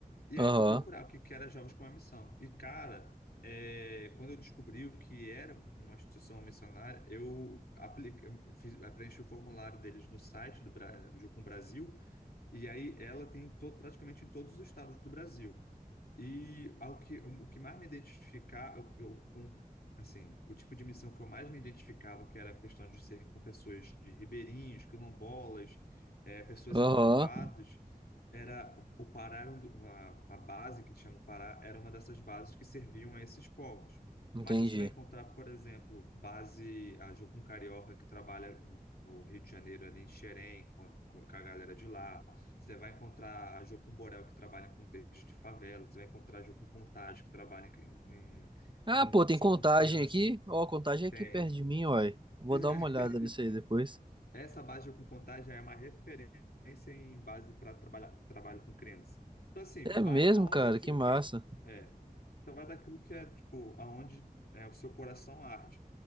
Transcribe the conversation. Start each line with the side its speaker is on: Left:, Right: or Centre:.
Left: E
Right: Aham.
Left: aí eu fui procurar o que que era Jovens com uma Missão. E, cara, é, quando eu descobri o que era uma instituição missionária, eu apliquei, fiz, preenchi o formulário deles no site do Bra- do Jucum Brasil, e aí ela tem em to- praticamente em todos os estados do Brasil. E ao que, o que mais me identificar, eu, eu, com, assim, o tipo de missão que eu mais me identificava, que era a questão de ser com pessoas de ribeirinhos, quilombolas, eh, pessoas
Right: Aham,
Left: em povoados, era o Pará, era um do- uma- a, base que tinha no Pará era uma dessas bases que serviam a esses povos.
Right: entendi.
Left: Mas você vai encontrar, por exemplo, base, a Jocum Carioca, que trabalha no Rio de Janeiro, ali em Xerém, com a, com a galera de lá, você vai encontrar a Jo com Borel, que trabalha com texto de favela. Você vai encontrar a Jo com Contágio, que trabalha em- em-
Right: Ah,
Left: com,
Right: pô, tem
Left: só
Right: contagem
Left: com criança.
Right: aqui. Ó, a contagem é
Left: Tem.
Right: aqui perto de mim, uai. Vou
Left: <laughs>
Right: dar uma olhada nisso aí depois.
Left: Essa base de Jo com Contágio é uma referência em base para trabalhar trabalho com criança. Então, assim,
Right: É
Left: vai
Right: mesmo,
Left: da onde
Right: cara,
Left: aquilo
Right: que massa.
Left: que é. Então, vai daquilo que é, tipo, aonde é, o seu coração arde.